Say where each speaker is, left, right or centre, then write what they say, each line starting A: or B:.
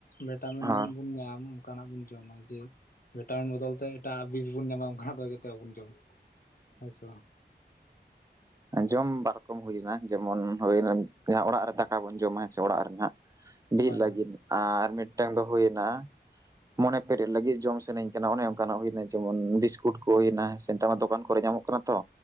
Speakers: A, on the left (about 50°); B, on the right (about 20°).
A: ᱵᱷᱮᱴᱟᱢᱤᱱ
B: ᱦᱳᱭ
A: ᱵᱚᱱ ᱧᱟᱢ ᱚᱱᱠᱟᱱᱟᱜ ᱵᱚᱱ ᱡᱚᱢᱟ ᱡᱮ ᱵᱷᱮᱴᱟᱢᱤᱱ ᱵᱚᱫᱚᱞ ᱛᱮ ᱮᱴᱟᱜ ᱵᱤᱥ ᱵᱚᱱ ᱧᱟᱢᱟ ᱚᱝᱠᱟᱱᱟᱜ ᱫᱚ ᱡᱟᱛᱮ ᱵᱟᱵᱚᱱ ᱡᱚᱢ ᱦᱮᱸ ᱥᱮ ᱵᱟᱝ
B: ᱡᱚᱢ ᱵᱟᱨ ᱨᱚᱠᱚᱢ ᱦᱩᱭᱱᱟ ᱡᱮᱢᱚᱱ ᱦᱩᱭᱳᱱᱟ ᱚᱲᱟᱜ ᱨᱮ ᱫᱟᱠᱟ ᱵᱚᱱ ᱡᱚᱢᱟ ᱦᱮᱸᱥᱮ ᱚᱲᱟᱜ ᱨᱮᱱᱟᱜ ᱵᱤᱫ
A: ᱦᱳᱭ
B: ᱞᱟᱹᱜᱤᱫ ᱟᱨ ᱢᱤᱫᱴᱟᱝ ᱫᱚ ᱦᱩᱭᱱᱟ ᱢᱚᱱᱮ ᱯᱮᱨᱮᱡ ᱞᱟᱹᱜᱤᱫ ᱡᱚᱢ ᱥᱟᱹᱱᱟᱹᱧ ᱠᱟᱱᱟ ᱚᱱᱮ ᱚᱱᱠᱟᱱᱟᱜ ᱦᱩᱭᱱᱟ ᱡᱮᱢᱚᱱ ᱵᱤᱥᱠᱩᱴ ᱠᱚ ᱦᱩᱭᱱᱟ ᱦᱮᱸᱥ ᱱᱮᱛᱟᱨ ᱢᱟ ᱫᱚᱠᱟᱱ ᱠᱚᱨᱮ ᱧᱟᱢᱚᱜ ᱠᱟᱱᱟ ᱛᱚ